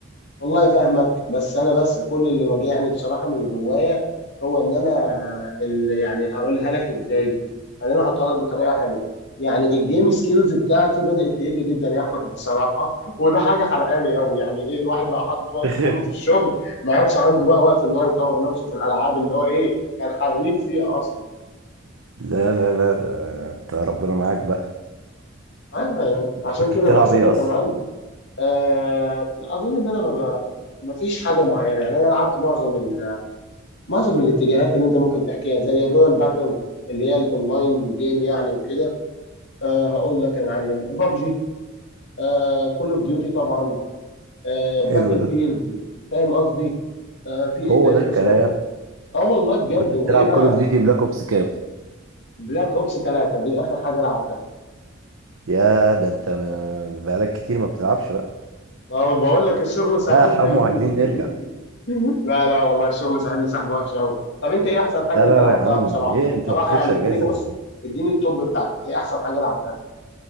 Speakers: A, on the left; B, on the right.
A: والله فاهمك بس انا بس كل اللي واجعني بصراحه من جوايا هو ان انا اللي يعني اقولها لك ازاي خليني احطها لك بطريقه حلوه يعني الجيم سكيلز بتاعتي بدات تقل جدا يا احمد بصراحه وده حاجه حرقاني قوي يعني ايه الواحد بقى حاطط وقته
B: <laughs>
A: كله في الشغل ما عادش عنده بقى وقت ان هو يطور نفسه في الالعاب اللي هو ايه كان حريف فيها اصلا
B: لا لا لا ده انت ربنا معاك بقى
A: ايوه يعني
B: انت
A: عشان
B: كنت
A: كده
B: بتلعب
A: بحسدك
B: ايه اصلا؟
A: يا معلم آه، اظن ان انا ما ما فيش حاجه معينه يعني انا لعبت معظم معظم الاتجاهات اللي انت ممكن تحكيها زي الرويال باتل اللي هي الاونلاين جيم يعني وكده أه هقول لك يا معلم بابجي أه كول اوف ديوتي طبعا أه باتل
B: حلو
A: فيلد
B: ده
A: فاهم قصدي أه في ايه
B: هو
A: تاني
B: ده
A: يا
B: الكلام
A: صاوي اه والله بجد
B: كنت
A: وايه
B: بتلعب
A: بقى
B: كول اوف ديوتي بلاك اوبس كام؟
A: بلاك اوبس 3 دي اخر حاجه لعبتها
B: يا ده انت م- بقالك كتير ما بتلعبش بقى
A: ما أنا بقول لك الشغل ساحبنا
B: لا يا حمو
A: يا ابني
B: عايزين نرجع
A: <laughs> لا لا والله الشغل ساحبني سحبه وحشه قوي طب انت ايه احسن حاجه
B: لا
A: انت
B: لا
A: لعبتها
B: يا عم
A: بصراحه
B: ايه انت
A: بصراحه
B: ما بتاخدش
A: يعني
B: اجازه
A: اديني بص
B: ولا ايه
A: اديني التوب بتاعتك ايه احسن حاجه لعبتها